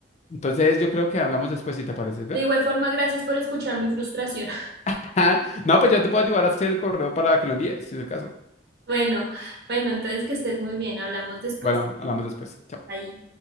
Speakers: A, on the left (about 40°); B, on the right (about 60°).
A: Entonces yo creo que hablamos después si te parece. ¿ve?
B: De igual forma, gracias por escuchar mi frustración.
A: <laughs> No, pues yo te puedo ayudar a hacer el correo para que lo envíes, si es el caso.
B: Bueno, bueno, entonces que estés muy bien, hablamos después.
A: Bueno, hablamos después. Chao.
B: Ahí.